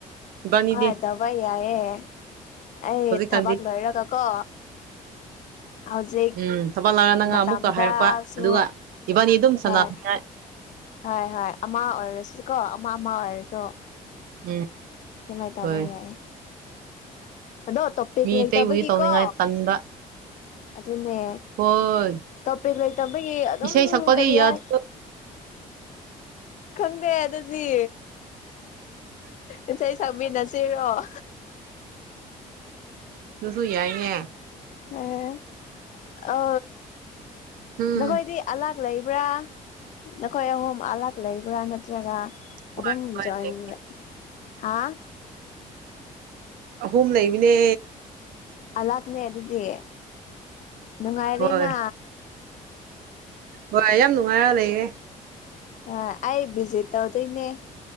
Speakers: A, on the right; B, on the left.
A: ꯏꯕꯥꯅꯤꯗꯤ
B: ꯍꯣꯏ ꯇꯧꯕ ꯌꯥꯏꯑꯦ ꯑꯩ
A: ꯍꯧꯖꯤꯛꯀꯥꯟꯗꯤ
B: ꯊꯕꯛ ꯂꯣꯏꯔꯒ ꯀꯣ <unintelligible> ꯍꯧꯖꯤꯛ
A: ꯎꯝ ꯊꯕꯛ ꯂꯥꯛꯑ ꯅꯪ
B: ꯃꯇꯝꯗꯁꯨ
A: ꯑꯃꯨꯛꯀ ꯍꯥꯏꯔꯛꯄ ꯑꯗꯨꯒ ꯏꯕꯥꯅꯤ ꯑꯗꯨꯝ
B: ꯍꯣꯏ
A: ꯁꯥꯟꯅꯅꯤꯡꯉꯥꯏ
B: ꯍꯣꯏ ꯍꯣꯏ ꯑꯃ ꯑꯣꯏꯔꯁꯨ ꯀꯣ ꯑꯃ ꯑꯃ ꯑꯣꯏꯔꯁꯨ
A: ꯎꯝ
B: ꯑꯗꯨꯃꯥꯏ ꯇꯧꯕ
A: ꯍꯣꯏ
B: ꯌꯥꯏ ꯑꯗꯣ ꯄꯦꯛ
A: ꯃꯤ
B: ꯂꯩꯇꯕꯒꯤꯀꯣ
A: ꯑꯇꯩꯕꯨꯗꯤ ꯇꯧꯅꯤꯡꯉꯥꯏ ꯇꯟꯕ
B: ꯑꯗꯨꯅꯦ
A: ꯍꯣꯏ
B: ꯇꯣꯄꯤꯛ ꯂꯩꯇꯕꯒꯤ ꯑꯗꯨꯝ
A: ꯏꯁꯩ ꯁꯛꯄꯗꯤ
B: ꯀꯔꯤ
A: ꯌꯥꯗꯦ
B: ꯍꯥꯏ ꯈꯪꯗꯦ ꯑꯗꯨꯗꯤ ꯏꯁꯩ ꯁꯛꯃꯤꯟꯅꯁꯤꯔꯣ
A: ꯑꯗꯨꯁꯨꯨ ꯌꯥꯏꯅꯦ
B: ꯍꯝ ꯑ
A: ꯎꯝ
B: ꯅꯈꯣꯏꯗꯤ ꯑꯂꯥꯛ ꯂꯩꯕ꯭ꯔꯥ ꯅꯈꯣꯏ ꯑꯍꯨꯝ ꯑꯂꯥꯛ ꯂꯩꯕ꯭ꯔꯥ ꯅꯠꯇ꯭ꯔꯒ
A: ꯍꯣꯏ
B: ꯑꯗꯨ ꯑꯗꯨꯝ꯭ꯔꯣꯌ
A: ꯍꯣꯏ
B: ꯑ
A: ꯑꯍꯨꯝ ꯂꯩꯃꯤꯅꯦ
B: ꯑꯍꯥꯛꯅꯦ ꯑꯗꯨꯗꯤ ꯅꯨꯡꯉꯥꯏꯔꯦꯅ
A: ꯍꯣꯏ ꯍꯣꯏ ꯌꯥꯝ ꯅꯨꯡꯉꯥꯏꯔ ꯂꯩꯌꯦꯦ
B: ꯑ ꯑꯩ ꯚꯤꯖꯤꯠ ꯇꯧꯗꯣꯏꯅꯦ